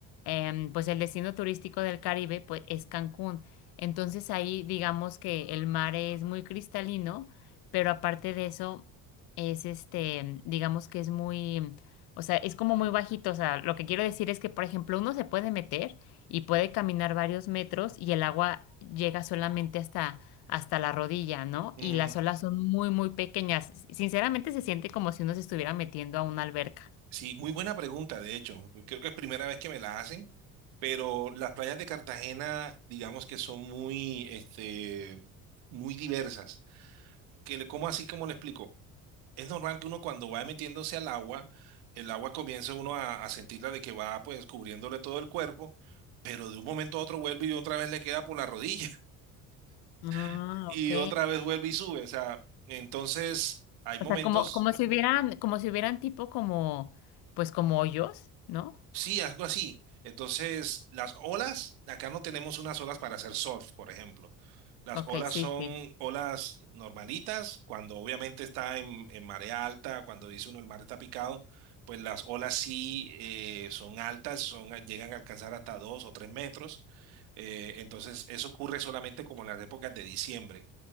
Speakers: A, on the left (about 70°); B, on the right (about 80°).
A: em, pues el destino turístico del Caribe, pues es Cancún. Entonces ahí digamos que el mar es muy cristalino, pero aparte de eso, es este, digamos que es muy, o sea, es como muy bajito. O sea, lo que quiero decir es que, por ejemplo, uno se puede meter y puede caminar varios metros y el agua llega solamente hasta, hasta la rodilla, ¿no?
B: Mm,
A: Y las olas son muy, muy pequeñas. Sinceramente se siente como si uno se estuviera metiendo a una alberca.
B: sí, muy buena pregunta, de hecho. Creo que es primera vez que me la hacen, pero las playas de Cartagena, digamos que son muy, este, muy diversas. Que, le- ¿cómo así, como le explico? Es normal que uno cuando va metiéndose al agua, el agua comienza uno a, a sentirla de que va pues cubriéndole todo el cuerpo, pero de un momento a otro vuelve y otra vez le queda por la rodilla
A: Ah,
B: <laughs> y
A: ok.
B: otra vez vuelve y sube. O sea, entonces hay momentos
A: O sea, como, como si hubieran, como si hubieran tipo como, pues como hoyos, ¿no?
B: Sí, algo así. Entonces, las olas, acá no tenemos unas olas para hacer surf, por ejemplo. Las
A: Ok,
B: olas
A: sí,
B: son
A: sí.
B: olas normalitas, cuando obviamente está en, en marea alta, cuando dice uno el mar está picado, pues las olas sí eh, son altas, son, llegan a alcanzar hasta dos o tres metros. Eh, entonces, eso ocurre solamente como en las épocas de diciembre.